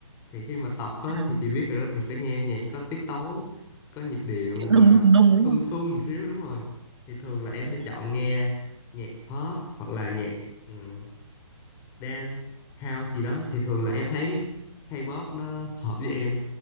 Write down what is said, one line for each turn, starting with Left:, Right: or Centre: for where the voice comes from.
Left: thì khi mà tập á,
Right: à
Left: thì chị biết rồi đó thì phải nghe nhạc có tiết tấu có nhịp điệu
Right: kiểu
Left: và
Right: đùng đùng đùng
Left: sung
Right: đúng không
Left: sung một xíu đúng rồi thì thường là em
Right: ừ.
Left: sẽ chọn nghe nhạc pop hoặc là nhạc ừm, dance house gì đó thì thường là em thấy K-pop nó hợp với em